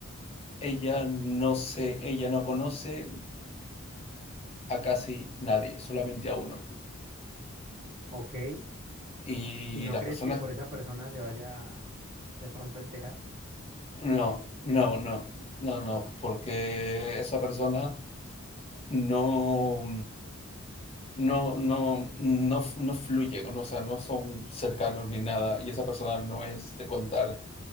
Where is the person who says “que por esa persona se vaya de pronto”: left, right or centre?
Right